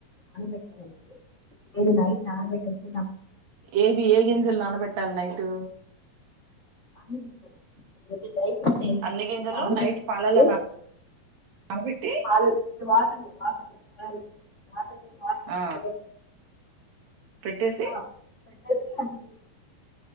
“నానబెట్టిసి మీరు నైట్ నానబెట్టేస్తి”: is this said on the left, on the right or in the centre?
Left